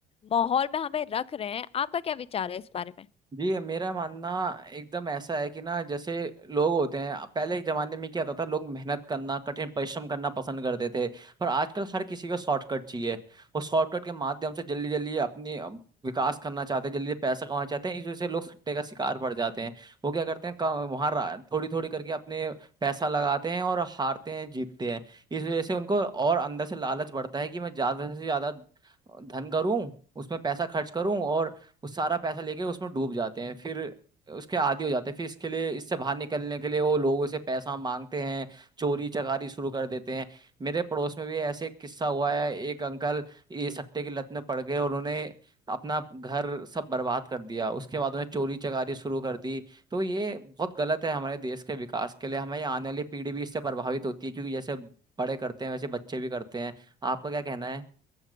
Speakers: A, on the left; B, on the right.
A: माहौल में हमें रख रहे हैं आपका क्या विचार है इस बारे में
B: जी मेरा मानना एकदम ऐसा है कि ना जैसे लोग होते हैं पहले के जमाने में क्या होता था लोग मेहनत करना कठिन परिश्रम करना पसंद करते थे पर आजकल हर किसी को शॉर्टकट चाहिए वो शॉर्टकट के माध्यम से जल्दी जल्दी अपनी अ, विकास करना चाहते हैं जल्दी पैसा कमाना चाहते हैं इस वजह से लोग सट्टे का शिकार पड़ जाते हैं वो क्या करते हैं वहां थोड़ी थोड़ी करके अपने पैसा लगाते हैं और हारते हैं जीतते हैं इस वजह से उनको और अंदर से लालच बढ़ता है कि मैं ज्यादा से ज्यादा धन करूं उसमें पैसा खर्च करूं और वो सारा पैसा लेके उसमें डूब जाते हैं फिर उसके आदी हो जाते हैं फिर इसके लिए इससे बाहर निकलने के लिए वो लोगों से पैसा मांगते हैं चोरी चकारी शुरू कर देते हैं मेरे पड़ोस में भी ऐसे एक किस्सा हुआ है एक अंकल ये सट्टे की लत में पड़ गए और उन्होंने अपना घर सब बर्बाद कर दिया उसके बाद उन्हें चोरी चकारी शुरू कर दी तो ये बहुत गलत है हमारे देश के विकास के लिए हमारी आने वाली पीढ़ी भी इससे प्रभावित होती है क्योंकि जैसे बड़े करते हैं वैसे बच्चे भी करते हैं आपका क्या कहना है